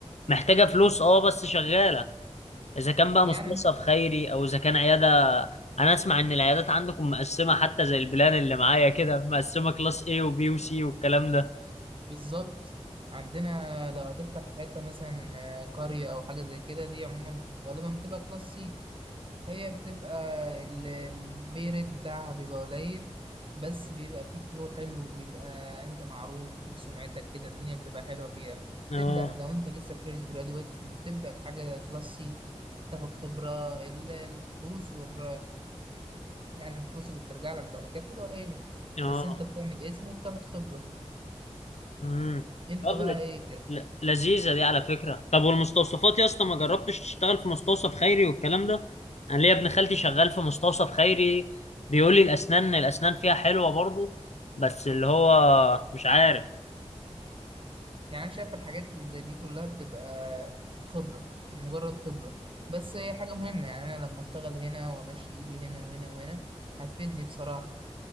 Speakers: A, on the left; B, on the right.
A: محتاجة فلوس اه بس شغالة إذا كان بقى
B: يعني
A: مستوصف خيري أو إذا كان عيادة أنا أسمع إن العيادات عندكم مقسمة حتى زي البلان اللي معايا كده مقسمة كلاس A و B و C والكلام ده
B: بالظبط عندنا لو هتفتح في حتة مثلا آه، قرية أو حاجة زي كده دي عموما غالبا بتبقى كلاس سي هي بتبقى ال- البي ريت بتاعها بيبقى قليل بس بيبقى فيه فلو حلو بيبقى أنت معروف ليك سمعتك كده الدنيا بتبقى حلوة فيها
A: اه
B: تبدأ لو أنت لسه فريش جرادويت بتبدأ في حاجة كلاس سي تاخد خبرة ال- الفلوس وال... يعني الفلوس اللي بترجع لك بعد كده بتبقى قليلة
A: اه
B: بس أنت بتعمل اسم وبتاخد خبرة
A: امم
B: أنت
A: طب لذ-
B: بقى إيه
A: ل- لذيذة دي على فكرة طب والمستوصفات يا اسطى ما جربتش تشتغل في مستوصف خيري والكلام ده انا ليا ابن خالتي شغال في مستوصف خيري بيقول لي الاسنان الاسنان فيها حلوة برضو بس اللي هو مش عارف
B: يعني أنا شايف الحاجات اللي زي دي كلها بتبقى خبرة مجرد خبرة بس هي حاجة مهمة يعني أنا لما أشتغل هنا وأمشي إيدي هنا وهنا وهنا هتفيدني بصراحة